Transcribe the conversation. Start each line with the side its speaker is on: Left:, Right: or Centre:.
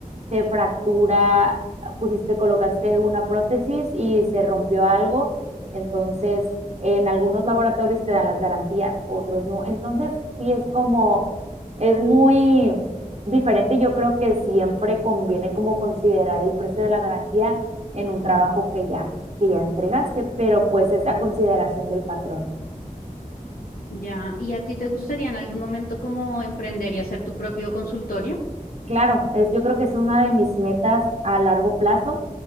Right: se fractura, pusiste, colocaste una prótesis y se rompió algo. Entonces, en algunos laboratorios te dan las garantías, otros no. Entonces, sí es como, es muy diferente. Yo creo que siempre conviene como considerar el precio de la garantía en un trabajo que ya, que ya entregaste, pero pues es a consideración del patrón.
Left: Ya. ¿Y a ti te gustaría en algún momento como emprender y hacer tu propio consultorio?
Right: Claro, es, yo creo que es una de mis metas a largo plazo,